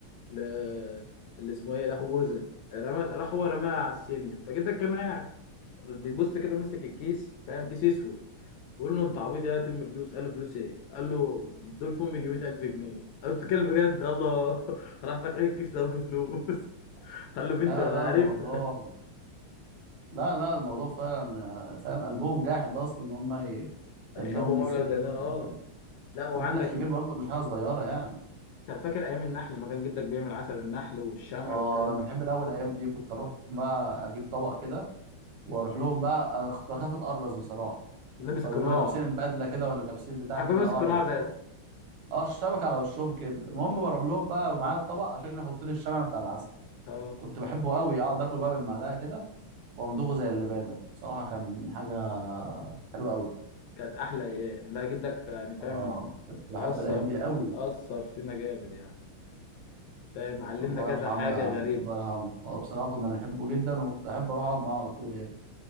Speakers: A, on the left; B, on the right.
A: ل اللي اسمه ايه لاخو جوزها رمت راح هو رماها على السلم فجدك كان قاعد بيبص كده ماسك الكيس فاهم كيس اسود بقول له انت عبيط يا ترمي فلوس قال له فلوس ايه قال له دول في امي 100000 جنيه قال له بتتكلم بجد الله <laughs> راح فاتح لي الكيس لقى فيه فلوس <laughs> قال له بنتي
B: لا
A: وانا
B: لا
A: عارف
B: الموضوع لا لا الموضوع فعلا آه، فاهم قلبهم جاحد اصلا ان هم ي...
A: <laughs> يخبوا
B: انهم يسيروا
A: مبلغ زي ده اه
B: فلوس كده
A: لا وعندك
B: مبلغ كبير برضه مش حاجه صغيره يعني
A: طب فاكر ايام النحل لما كان جدك بيعمل عسل النحل والشمع
B: اه
A: والكلام
B: انا بحب الاول الايام دي كنت اروح بقى اجيب طبق كده واروح لهم بقى انا كنت بخاف اتقرص بصراحه
A: ده لابس
B: فبيبقوا
A: القناع
B: لابسين البدله كده ولا لابسين بتاع
A: احنا
B: كده
A: كنا بنلبس
B: اه
A: القناع
B: على وشهم
A: بس
B: اه الشبكه على وشهم كده المهم بروح لهم بقى معايا الطبق عشان يحط لي الشمع بتاع العسل
A: اه
B: كنت بحبه قوي اقعد اكله بقى بالمعلقه كده وامضغه زي اللبانه بصراحه كان حاجه حلوه قوي
A: كانت احلى ايام لا جدك يعني فاهم
B: اه كنت بحب
A: اثر
B: الايام دي قوي
A: اثر فينا جامد يعني فاهم علمنا
B: الله
A: كذا
B: يرحمه
A: حاجه
B: يا عم
A: غريبه
B: الله يرحمه هو بصراحه كنا بنحبه جدا وكنت احب اروح اقعد معاه على طول يعني